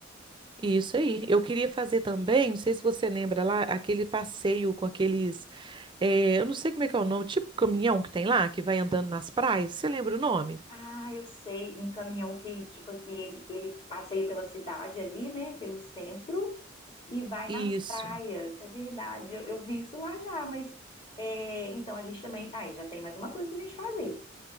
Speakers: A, on the right; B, on the left.
A: Isso aí. Eu queria fazer também, não sei se você lembra lá, aquele passeio com aqueles, eh, eu não sei como é que é o nome, tipo caminhão que tem lá, que vai andando nas praias. Você lembra o nome?
B: Ah, eu sei, um caminhão que, tipo assim, ele, ele passeia pela cidade ali, né, pelo centro e vai nas
A: Isso.
B: praias. É verdade, eu, eu vi isso lá já, mas é, então a gente também. Aí já tem mais uma coisa pra gente fazer.